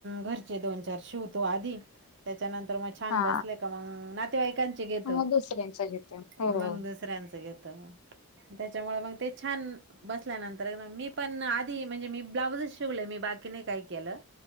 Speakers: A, on the right; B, on the left.
A: घरचे दोन चार शिवतो आधी त्याच्यानंतर मग छान
B: हा
A: बसले का मग न तेवाईकांचे घेतो
B: मग दुसऱ्यांच घेते हो.
A: मग दुसऱ्यांचं घेतो. त्याच्यामुळे मग ते छान बसल्यानंतर आहे ना मी पण म्हणजे मी ब्लाऊज शिवलय मी बाकी नाही काय केलं.